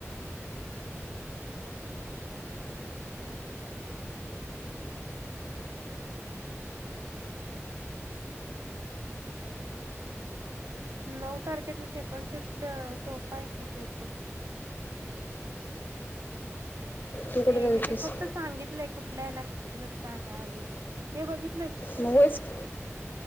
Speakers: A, on the right (about 80°); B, on the left (about 40°).
A: नऊ तारखेच सेकंड शिफ्टच सोप आहे की पेपर
B: तू कुठे
A: हे
B: बघितलीस
A: हेनी फक्त सांगितलंय. कुठल्या हेला कुटल काय काय आलय ते हे बघितल
B: म होयच की